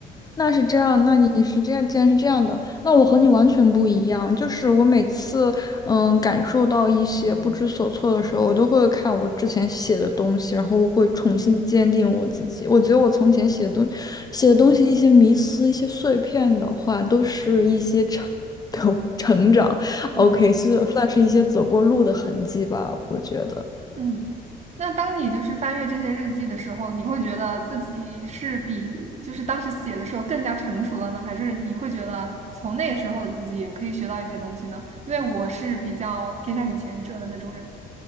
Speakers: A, on the left; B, on the right.
A: 那是这样，那你是这样，既然是这样的，那我和你完全不一样。就是我每次，嗯，感受到一些不知所措的时候，我都会看我之前写的东西，然后我会重新坚定我自己。我觉得我从前写的东写的东西，一些迷思、一些碎片的话，都是一些成 <laughs> 成长。
B: 嗯
A: OK，是算是一些走过路的痕迹吧，我觉得。
B: 嗯，那当你就是翻阅这些日记的时候，你会觉得自己是比就是当时写的时候更加成熟了呢，还是你会觉得从那个时候的自己也可以学到一些东西呢？因为我是比较偏向于前者的那种人，